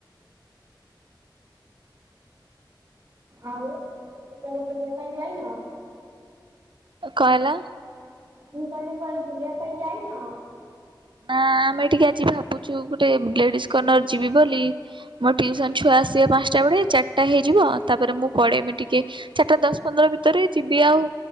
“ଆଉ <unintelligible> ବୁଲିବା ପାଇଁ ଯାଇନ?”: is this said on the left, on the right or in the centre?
Right